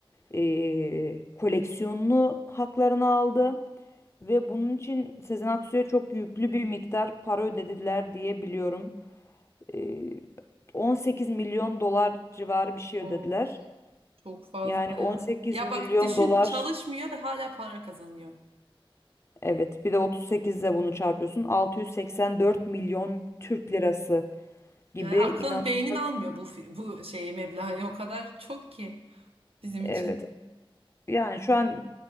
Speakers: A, on the left (about 30°); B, on the right (about 80°).
A: e, koleksiyonunu haklarını aldı. Ve bunun için Sezen Aksu'ya çok yüklü bir miktar para ödediler diye biliyorum. Ee, 18 milyon dolar civarı bir şey
B: Of,
A: ödediler.
B: çok fazla
A: Yani 18
B: ya. Ya
A: milyon
B: bak düşün
A: dolar
B: çalışmıyor ve hala para kazanıyor.
A: evet bir de 38 ile bunu çarpıyorsun 684 milyon Türk lirası gibi
B: Yani aklın
A: inanılmaz.
B: beynin almıyor bu fi- bu şeyi meblağı o kadar çok ki bizim
A: Evet
B: için.
A: yani şu an